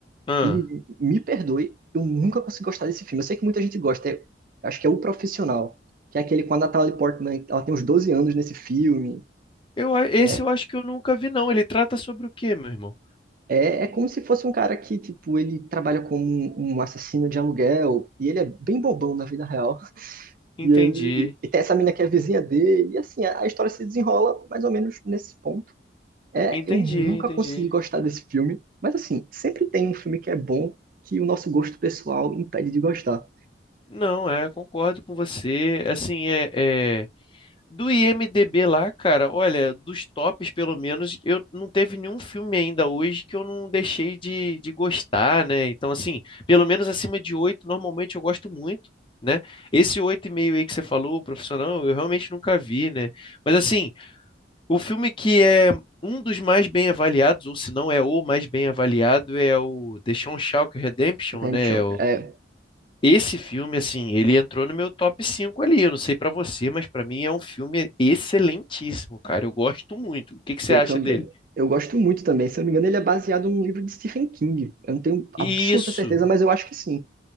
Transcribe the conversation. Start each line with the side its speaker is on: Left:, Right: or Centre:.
Left: Ah.
Right: e me perdoe, eu nunca consegui gostar desse filme. Eu sei que muita gente gosta, é- acho que é O Profissional, que é aquele com a Natalie Portman, ela tem uns 12 anos nesse filme.
Left: Eu, a- esse
Right: É,
Left: eu acho que eu nunca vi, não. Ele trata sobre o quê, meu irmão?
Right: é, é como se fosse um cara que, tipo, ele trabalha como um, um assassino de aluguel, e ele é bem bobão na vida real. <laughs>
Left: Entendi,
Right: E ele e tem essa mina que é a vizinha dele, e assim, a, a história se desenrola mais ou menos nesse ponto. É,
Left: entendi,
Right: eu nunca
Left: entendi.
Right: consegui gostar desse filme, mas assim, sempre tem um filme que é bom que o nosso gosto pessoal impede de gostar.
Left: Não, é, concordo com você. Assim, é... é- Do IMDB lá, cara, olha, dos tops pelo menos, eu não teve nenhum filme ainda hoje que eu não deixei de, de gostar, né? Então, assim, pelo menos acima de oito, normalmente eu gosto muito, né? Esse oito e meio aí que você falou, o profissional, eu realmente nunca vi, né? Mas, assim, o filme que é um dos mais bem avaliados, ou se não é o mais bem avaliado, é o The Shawshank Redemption,
Right: Redemption.
Left: né?
Right: É,
Left: Esse filme, assim, ele entrou no meu top 5 ali. Eu não sei pra você, mas pra mim é um filme excelentíssimo, cara. Eu gosto muito. O que que você
Right: eu
Left: acha
Right: também.
Left: dele?
Right: Eu gosto muito também. Se eu não me engano, ele é baseado num livro de Stephen King. Eu não tenho
Left: Isso.
Right: absoluta certeza, mas eu acho que sim.